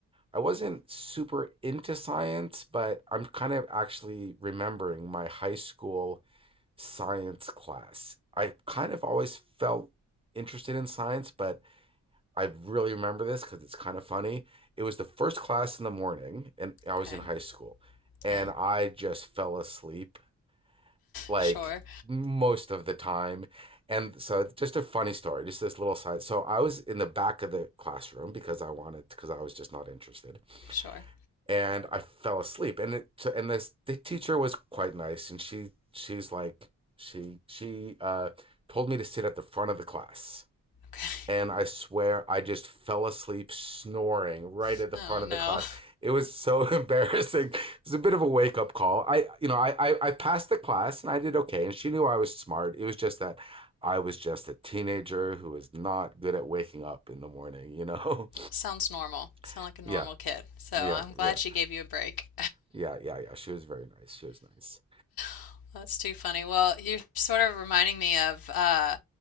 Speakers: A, on the right; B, on the left.
A: I wasn't super into science, but I'm kind of actually remembering my high school science class. I kind of always felt interested in science, but I really remember this because it's kind of funny. It was the first class in the morning, and I was
B: Okay.
A: in high school, and
B: Yeah.
A: I just fell asleep like
B: Sure,
A: most of the time. And so, just a funny story, just this little side. So, I was in the back of the classroom because I wanted, because I was just not interested,
B: sure.
A: and I fell asleep. And it, so- and this the teacher was quite nice, and she she's like she she uh, told me to sit at the front of the class
B: Okay.
A: and I swear I just fell asleep snoring right
B: <laughs>
A: at the
B: Oh
A: front of
B: no.
A: the class. It was so <laughs> embarrassing. It was a bit of a wake up call. I, you know, I, I, I passed the class and I did okay, and she knew I was smart. It was just that I was just a teenager who was not good at waking up in the morning. You know?
B: Sounds normal. Sound
A: <laughs>
B: like a normal
A: yeah,
B: kid. So
A: yeah,
B: I'm glad
A: yeah,
B: she gave you a break.
A: yeah, yeah, yeah. She was very nice. She was nice.
B: <laughs> That's too funny. Well, you're sort of reminding me of uh,